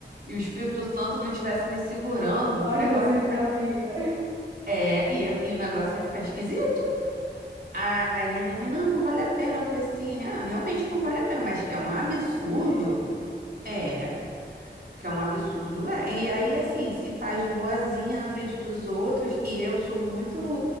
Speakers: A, on the right; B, on the right.
A: e o Espírito Santo não estivesse me segurando,
B: Ó,
A: o negócio
B: Jesus na vida.
A: é, ia, e o negócio ia ficar esquisito. Aí a minha mãe, não, não vale a pena. Eu falei assim, "É, realmente não vale a pena, mas que é um absurdo.
B: É,
A: É. Que é um absurdo, é. E aí, assim, se faz de boazinha na frente dos outros, e eu sou muito,